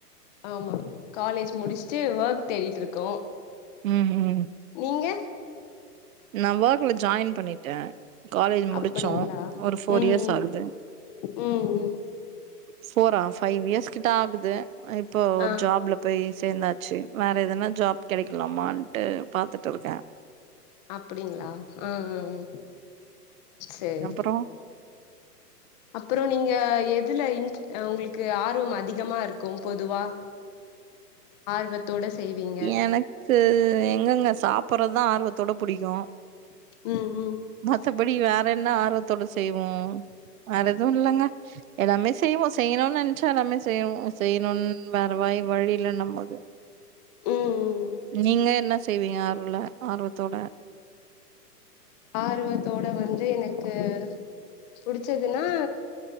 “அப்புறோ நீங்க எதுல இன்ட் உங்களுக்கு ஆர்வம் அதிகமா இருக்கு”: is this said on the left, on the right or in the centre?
Left